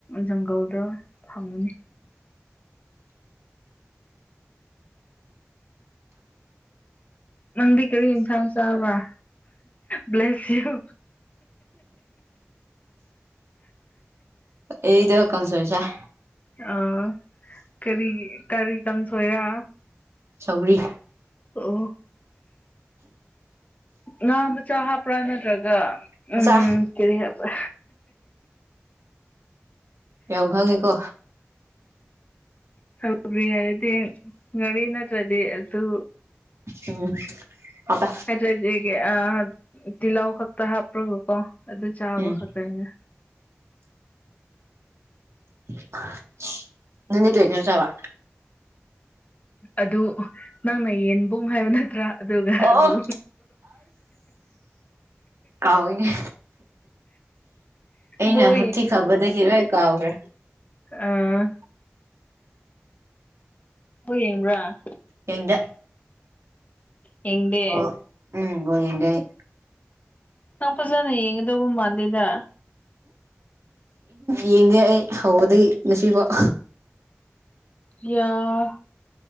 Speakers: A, on the left (about 35°); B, on the right (about 75°).
A: ꯖꯪꯒꯜꯗ ꯐꯪꯕꯅꯤ ꯅꯪꯗꯤ ꯀꯔꯤ ꯌꯦꯟꯁꯥꯡ ꯆꯥꯕ꯭ꯔꯥ ꯕ꯭ꯂꯦꯁ ꯌꯨ
B: ꯑꯩꯗꯣ ꯀꯪꯁꯣꯏ ꯆꯥꯏ
A: ꯑ ꯀꯔꯤ ꯀꯔꯤ ꯀꯥꯡꯁꯣꯏꯔ
B: ꯁꯧꯒꯔꯤ
A: ꯑꯣ ꯉꯥ ꯃꯆꯥ ꯍꯥꯞꯄ꯭ꯔꯥ ꯅꯠꯇ꯭ꯔꯒ
B: ꯃꯆꯥ
A: ꯎꯝ ꯀꯔꯤ ꯍꯥꯏꯕ꯭ꯔ
B: ꯌꯥꯝ ꯈꯪꯉꯦꯀꯣ
A: ꯁꯧꯒꯔꯤ ꯍꯥꯏꯔꯗꯤ ꯉꯥꯔꯤ ꯅꯠꯇ꯭ꯔꯗꯤ ꯑꯗꯨ
B: ꯎꯝ ꯑꯥꯠꯇ
A: <unintelligible> ꯇꯤꯜꯍꯥꯎ ꯈꯛꯇ ꯍꯥꯞꯄ꯭ꯔꯣꯒꯀꯣ ꯑꯗꯨ ꯆꯥꯕ
B: ꯎꯝ
A: ꯈꯛꯇꯅꯤꯅ
B: <unintelligible> ꯅꯪꯗꯤ ꯀꯩ ꯏꯟꯖꯥꯡ ꯆꯥꯕꯥ
A: ꯑꯗꯨ ꯅꯪꯅ ꯌꯦꯟꯕꯨꯡ ꯍꯥꯏꯕ ꯅꯠꯇ꯭ꯔꯥ ꯑꯗꯨꯒ
B: ꯑꯣ
A: ꯑꯂꯨ
B: ꯀꯥꯎꯋꯤꯅꯦ ꯑꯩꯅ
A: ꯕꯣꯜ
B: ꯍꯛꯊꯤ ꯈꯥꯕꯗꯒꯤ ꯂꯣꯏ ꯀꯥꯎꯈ꯭ꯔꯦ
A: ꯑꯥ ꯕꯣꯜ ꯌꯦꯡꯕ꯭ꯔꯥ
B: ꯌꯦꯡꯗꯦ
A: ꯌꯦꯡꯗꯦ
B: ꯕꯣꯜ ꯎꯝ ꯕꯣꯜ ꯌꯦꯡꯗꯦ ꯑꯩ
A: ꯅꯪ ꯐꯖꯅ ꯌꯦꯡꯒꯗꯧꯕ ꯃꯥꯜꯂꯤꯗ
B: ꯌꯦꯡꯗꯦ ꯑꯩ ꯍꯧꯕꯗꯒꯤ ꯉꯁꯤꯐꯥꯎ
A: ꯌꯥ